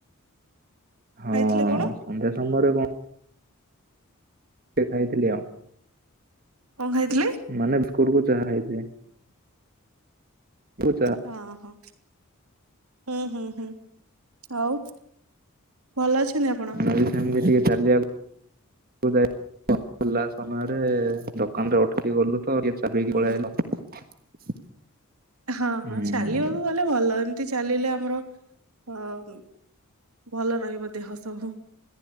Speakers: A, on the right; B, on the right.
A: ହଁ
B: ଖାଇଥିଲେ କଣ?
A: ସନ୍ଧ୍ୟା ସମୟରେ କଣ ଟିକେ ଖାଇଥିଲି ଆଉ।
B: କଣ ଖାଇଥିଲେ?
A: ମାନେ ବିସ୍କୁଟୁ କୁ ଚାହା ଖାଇଥିଲି। ଚା
B: ହଁ ହଁ ହୁଁ ହୁଁ ହୁଁ। ଆଉ ଭଲ ଅଛନ୍ତି ଆପଣ?
A: ଏଇ ସେମିତି ଟିକେ ଚାଲିଆକୁ କୁ ଯାଇ ଲା ସମୟରେ ଦୋକାନେରେ ଅଟକି ଗଲୁ ତ ଟିକେ ଚ ଚା ପିଇକି
B: ହୁଁ
A: ପଳେଇ ଆଇଲୁ।
B: ହଁ ହଁ
A: ହୁଁ
B: ଚାଲିବାକୁ ଗଲେ ଭଲ ଏମତି ଚାଲିଲେ ଆମର ଅ ଉଁ ଭଲ ରହିବ ଦେହ ସବୁ।